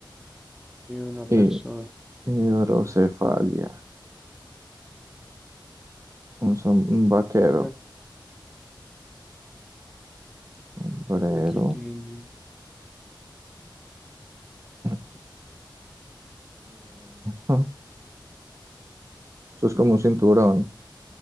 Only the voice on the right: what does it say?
Y hidrocefalia. Un, som- un vaquero.
Sombrero.
Eh, ah, eso es como un cinturón,